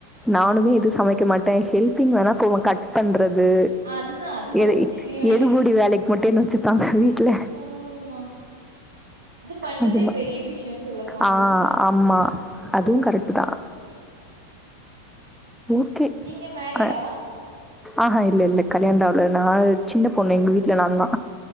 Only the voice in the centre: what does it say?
நானுமே எதுவு சமைக்க மாட்டே ஹெல்பிங் வேண்ணா போவ கட் பண்ற து
எடு
எடுபுடி
வேலைக்கு மட்டு என்ன வச்சுப்பாங்க வீட்ல
அது ம
ஆ ஆமா அதுவு கரெக்ட் தான். ஓகே
ஆ ஆஹா இல்ல இல்ல கல்யாணலா இல்ல நா சின்ன பொண்ணு எங்க வீட்ல நாந்தா